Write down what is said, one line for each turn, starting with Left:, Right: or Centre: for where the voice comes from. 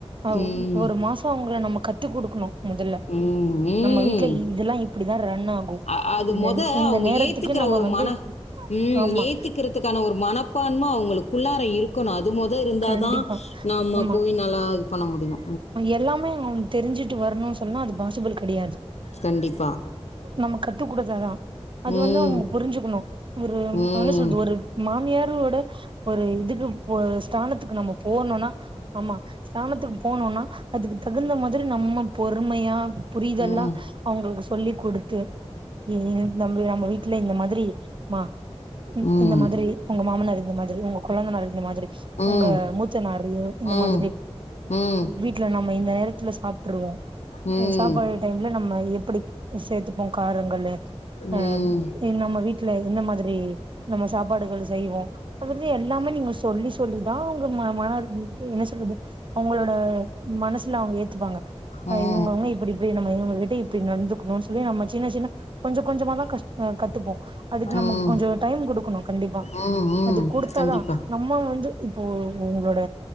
Right: அஹ்
Left: ம்
Right: ஒரு மாசோ அவ்ங்கள நம்ம கத் த்து கொடுக்கணு முதல்ல
Left: ம், ம்.
Right: நம்ம வீட்டுல இதெல்லா இப்டிதா ரன் ஆகு
Left: அ அது
Right: இந்த
Left: மொத
Right: இந்த
Left: அவங்க
Right: நேரத்து
Left: ஏத்துக்கிற
Right: துக்கு நம்ம
Left: ஒரு
Right: வந்து
Left: மன ம்
Right: ஆமா
Left: ஏத்துக்கிறதுக்கான ஒரு மனப்பான்ம அவங்களுக்குள்ளார இருக்கு அது மொத இருந்தாதா
Right: கண்டிப்பா
Left: நம்ம
Right: ஆமா
Left: போய் நல்லா இது பண்ண முடியு
Right: எல்லாமே அவ்ங்க தெரிஞ்சுட்டு வரணுனு சொன்னா அது பாசிபிள் கிடையாது
Left: கண்டிப்பா
Right: நம்ம கத்துக்குடுத்ததுதா அது
Left: ம்.
Right: வந்து அவ்ங்க புரிஞ்சுக்கணு ஒரு
Left: ம்.
Right: என்ன சொல்றது ஒரு மாமியாரோட ஒரு இதுக்கு போ ஸ்தானத்துக்கு நம்ம போணுனா ஆமா ஸ்தானத்துக்கு போனோனா அதுக்கு தகுந்த மாதிரி நம்ம பொறுமையா புரிதெல்லா
Left: ம்.
Right: அவுங்களுக்கு சொல்லி குடுத்து ம் நம்மல நம்ம வீட்டுல இந்த மாதிரி மா
Left: ம்.
Right: இந்த மாதிரி உங்க மாமனார் இந்த மாதிரி உங்க கொழுந்தனார் இந்த மாதிரி
Left: ம்.
Right: உங்க மூச்சனாரியு இந்த
Left: ம்.
Right: மாதிரி
Left: ம்.
Right: வீட்டுல நம்ம இந்த நேரத்துல சாப்ட்ருவோ
Left: ம்.
Right: சாப்பாடு
Left: ம்.
Right: டைம்ல நம்ம எப்டி சேத்துப்போ காரங்கள்ள
Left: ம்.
Right: அஹ் நம்ம வீட்டுல என்ன மாதிரி நம்ம சாப்பாடுகள் செய்வோ எனக்கு தெரிஞ்சு எல்லாமே நீங்க சொல்லி சொல்லிதா அவுங்க ம மன என்ன சொல்றது அவங்களோட மனசுல அவங்க ஏத்துப்பாங்க்
Left: ம்.
Right: இவங்கவங்க இப்டி இப்டி நம்ம இவங்க கிட்ட இப்டி நடந்துக்கணுனு சொல்லி நம்ம சின்ன சின்ன கொஞ்சோ கொஞ்சமா தா கஷ் கத்துப்போ அதுக்கு நமக்கு
Left: ம்.
Right: கொஞ்சோ டைம் கொடுக்கணு கண்டிப்பா
Left: ம். ம்.
Right: அது கொடுத்தாதா
Left: கண்டிப்பா.
Right: நம்ம வந்து இப்போ உங்களோட